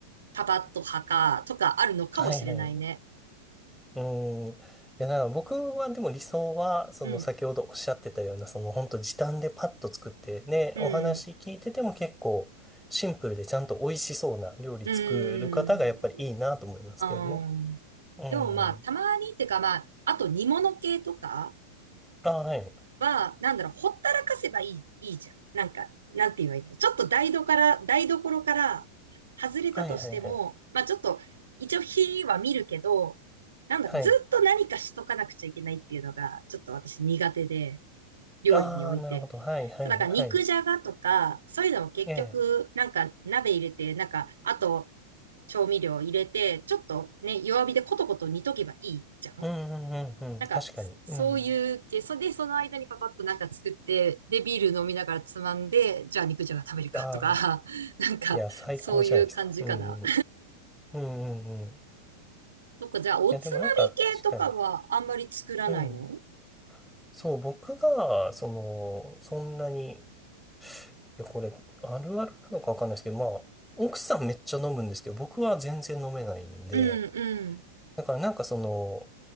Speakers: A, on the right (about 65°); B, in the centre.
A: パパッと派かとかあるのかもしれないね。
B: あ、はいはい。うん。いや、だから僕はでも理想は、その先ほどおっしゃってたような、
A: うん、
B: その本当時短でパッと作って、ね、
A: うん、
B: お話聞いてても結構シンプルでちゃんと美味しそうな料理作る方がやっぱりいいなと思いますけどね。
A: うん、うん。
B: うん。
A: でもまあ、たまにっていうかまあ、あと煮物系とか、
B: あ、はい。
A: は、なんだろう、ほったらかせばいい、いいじゃん。なんか、なんて言えばいいんだろう。ちょっと台所から、台所から外れたとしても、
B: はいはいはい。
A: まあちょっと、一応火は見るけど、なんだろう、
B: はい。
A: ずっと何かしとかなくちゃいけないっていうのが、ちょっと私苦手で、料理において。
B: ああ、なるほど。はいはいはい。
A: そう、だから肉じゃがとか、そういうのも結局、
B: ええ。
A: なんか鍋入れて、なんか、あと調味料入れて、ちょっとね、弱火でコトコト煮とけばいいじゃん
B: うんうんうんうん。
A: なんか、
B: 確かに。
A: そういう系、
B: うん。
A: それで、その間にパパッとなんか作って、で、ビール飲みながらつまんで、じゃあ肉じゃが食べるかとか、
B: ああ、
A: <laughs> なんか、
B: いや、最高じゃないですか。
A: そういう感じかな。
B: うんうん。うんうんうん。い
A: そっか、じゃあ、おつまみ系とかはあんまり作らないの
B: や、でもなんか確かに。うん。そう、僕が、その、そんなに、いや、これ、あるあるなのかわかんないですけど、まあ、奥さんめっちゃ飲むんですけど、僕は全然飲めないんで、
A: うん、うん、
B: だからなんかその、